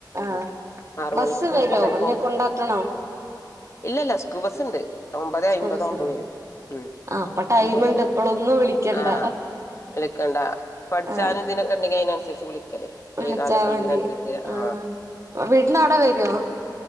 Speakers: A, on the left; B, on the right.
A: ഉം
B: ആഹ്
A: ആറ്
B: ബസ്സ്
A: മണിക്ക് നീച്ചാ
B: വരോ
A: ചെലപ്പോ
B: അല്ലേ കൊണ്ടാക്കണോ
A: ഇല്ലല്ല സ്കൂൾബസുണ്ട് ഒമ്പതെ അയിമ്പത്
B: സ്കൂൾ ബസ്സുണ്ട്
A: ആവുമ്പോ വരും മം
B: ആ അപ്പൊ ടൈമുണ്ട്
A: ഒമ്പത്
B: ഇപ്പോളൊന്നും വിളിക്കണ്ട
A: ആഹ് വിളിക്കണ്ടാ പഠിച്ചാനും
B: ആ
A: ഇതിനൊക്കെ ഉണ്ടെങ്കിൽ അതിനനുസരിച്ച് വിളിക്കും ക്കല്
B: വിളിച്ചാ
A: എഴുതാനൊക്കെ
B: മതി
A: ഉള്ളേന് അനുസരിച്ച്
B: ആ
A: ആഹ്
B: വീട്ടിന്റെ അവിടെ വരുവോ